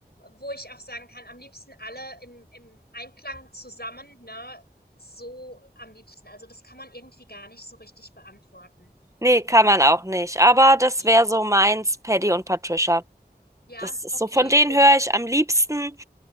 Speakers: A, on the left; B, on the right.
A: wo ich auch sagen kann, am liebsten alle im im Einklang zusammen, ne? So am liebsten. Also, das kann man irgendwie gar nicht so richtig beantworten.
B: nee, kann man auch nicht. Aber das
A: Ne.
B: wäre so meins, Paddy und Patricia.
A: Ja,
B: Das ist
A: okay,
B: so, von denen
A: gut.
B: höre ich am liebsten,